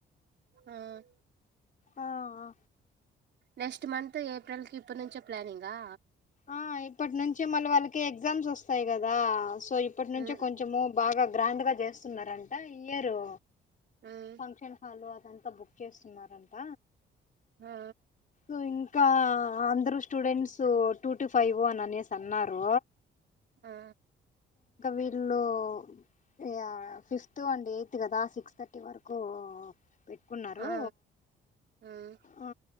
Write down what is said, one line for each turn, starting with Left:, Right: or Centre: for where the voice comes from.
Right: ఆ.
Left: ఆ ఆ.
Right: నెక్స్ట్ మంత్ ఏప్రిల్ కి ఇప్పుడు నుంచే. ప్లానింగా.
Left: ఆ ఇప్పటి నుంచి మళ్ళీ వాళ్ళకి ఎగ్జామ్స్ వస్తాయి కదా. సో ఇప్పటి నుంచే
Right: మ్మ్
Left: కొంచెము బాగా. గ్రాండ్ గా చేస్తున్నారంట ఇయ్యరు.
Right: మ్మ్
Left: ఫంక్షన్ హలో అంతా బుక్ చేస్తున్నారంట.
Right: ఆ.
Left: కోన్. ఇంకా అందరు స్టూడెంట్స్ టూ టు ఫైవ్ అని అనేసి అన్నారు.
Right: ఆ
Left: వీళ్ళు ఇగ ఫిఫ్త్ అండ్ ఎయిత్ కదా సిక్స్త్. కు పెట్టుకున్నారు
Right: ఆ మ్మ్
Left: ఆ